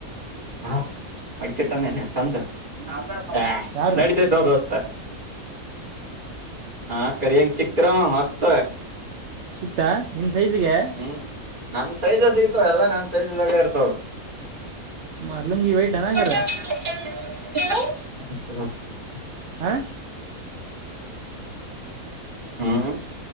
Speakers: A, on the right; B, on the right.
A: ಹಾ ಮಡಚಿಟ್ಟಾನೇನೆ ಚಂದ. ಹ
B: ಯಾರು
A: ನಡೀತೈತೋ ದ ಹೊಸ್ತ ಹ ಕರಿಂಗ ಸಿಕ್. ಚಿತ್ರ್ರಮ ಮಸ್ತ
B: ಸಿಕ್ತಾ ನಿನ್ನ ಸೈಜಿಗೆ
A: ಹ್ಮ ನನ್ ಸೈಜ್ ಸಿಗ್ತವ ಎಲ್ಲಾ ನನ್ ಸೈಜ್ ಬೇಗ ಇರ್ತವ. <inaudible>
B: ಮ ಲುಂಗಿ ವೈಟ್ ಅನ್ನಂಗಾರ ಹ
A: ಹಾ